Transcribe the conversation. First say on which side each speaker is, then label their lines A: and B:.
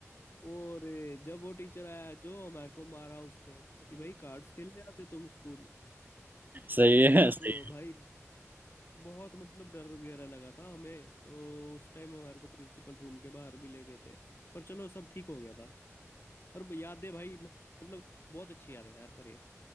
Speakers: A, on the left; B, on the right.
A: और ए, जब वो टीचर आया जो हमारे को मारा उसने कि भाई कार्ड्स खेलने आते तुम स्कूल
B: सही है
A: अब
B: सही है।
A: भाई बहुत मतलब डर वगैरह लगा था हमें तो उस टाइम हमारे को प्रिंसिपल रूम के बाहर भी ले गए थे पर चलो सब ठीक हो गया था और यादें भाई मतलब बहुत अच्छी यादें हैं यार पर ये